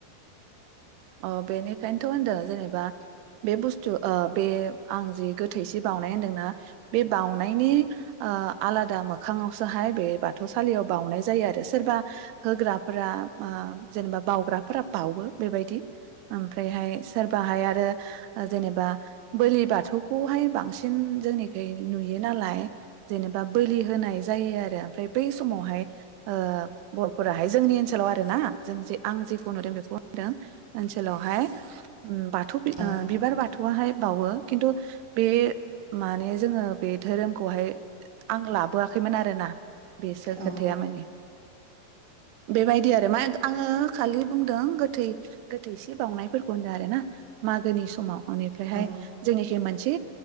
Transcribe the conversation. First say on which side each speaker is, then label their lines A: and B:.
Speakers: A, on the right (about 80°); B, on the right (about 50°).
A: अ बेनिखायनोथ' होनदो जेनेबा बे बुस्थु ओ बे आं जि गोथैसि बाउनाय होनदोंना बे बाउनायनि ओ आलादा मोखाङावसोहाय बे बाथौसालियाव बाउनाय जायो आरो सोरबा होग्राफोरा ओ जेनेबा बाग्राफोरा बावो बेबायदि। ओमफ्रायहाय सोरबाहाय आरो जेनेबा बोलि बाथौखौहाय बांसिन जोंनिखै नुयो नालाय जेनेबा बोलि होनाय जायो आरो ओमफ्राय बै समावहाय ओ बर'फोराहाय जोंनि ओनसोलाव आरो ना जों जे आं जेखौ नुदों बेखौ होनदों। ओनसोलावहाय। उम बाथौ बि
B: औ
A: बिबार बाथ बाथौआहाय बावो खिन्थु बे माने जोङो बे धोरोमखौहाय आं लाबोआखैमोन आरो ना। बेसो
B: औ
A: खोथाया माने। बेबायदि आरो मा आङो खालि बुंदों गोथै। गोथैसे बावनायफोरखौ होनदो आरो ना मागोनि समाव अनिफ्रायहाय
B: औ
A: जोंनिखि मोनसे